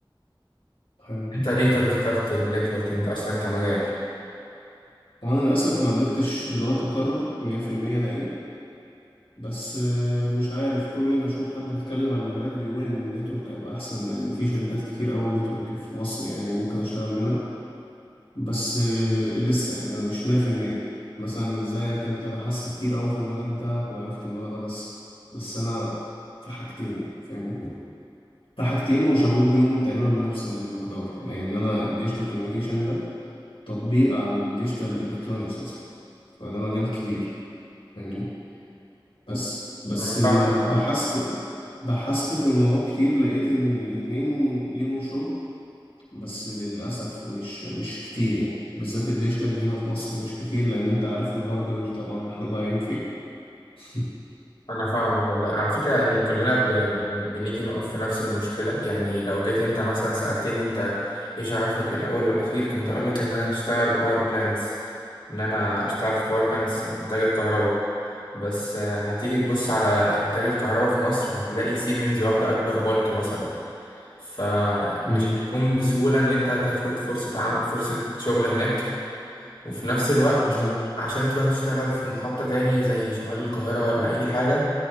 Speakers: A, on the left; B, on the left.
A: حلو
B: انت ليه طب اخترت النتوركينج اصلا كمجال
A: وانا للاسف ما قدرتش دلوقتي اقرر 100% انا ايه بس آه، مش عارف كل ما اشوف حد بيتكلم عن المجالات بيقول ان النتورك هيبقى احسن لان في شركات كتير قوي نتورك في مصر يعني ممكن اشتغل منها بس آه، لسه يعني انا مش 100% مثلا مش زيك انت بحثت كتير قوي في المجال بتاعك وعرفت ان هو ده بس بس انا في حاجتين يعني، فاهمني في حاجتين وشغوف بيهم تقريبا بنفس المقدار لان انا الديجيتال كوميونيكيشن ده تطبيق على الديجيتال الكترونيكس اصلا فده مجال كبير فاهمني بس بس
B: انا
A: ما
B: فاهمك
A: بحثت
B: اه
A: بحثت في الموضوع كتير لقيت ان الاتنين ليهم شغل بس للأسف مش مش كتير يعني بالذات الديجيتال هنا في مصر مش كتير لأن أنت عارف الهاردوير طبعا احنا ضايعين فيه <laughs>
B: انا فاهمك والله على فكره يعني كلنا ب... بن- بنيجي نقف في نفس المشكله يعني لو جيت انت مثلا سالتني انت ايه شغفك الاول والاخير كنت اقول لك ان انا اشتغل باور بلانتس ان انا اشتغل في باور بلانتس انتاج الكهرباء بس آه، هتيجي تبص على انتاج الكهرباء في مصر هتلاقي سيمنز واخده اكبر بالك مثلا فمش
A: امم
B: هيكون بسهوله ان انت هتاخد فرصه عم... فرصه شغل هناك وفي نفس الوقت
A: بالظبط
B: عشان تروح تشتغل في محطة تانية زي شمال القاهرة ولا أي حاجة